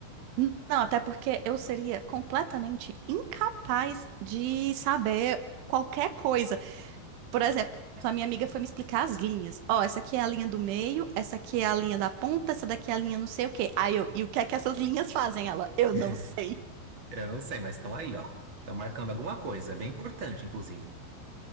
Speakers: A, on the right; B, on the right.
A: N- Não, até porque eu seria completamente incapaz de saber qualquer coisa. Por exemplo, a minha amiga foi me explicar as linhas. Ó, essa aqui é a linha do meio, essa aqui é a linha da ponta, essa daqui é a linha não sei o quê. Aí eu, e o que é que essas linhas fazem? Ela, eu
B: <laughs>
A: não sei.
B: Eu não sei, mas estão aí, ó. Estão marcando alguma coisa, bem importante, inclusive.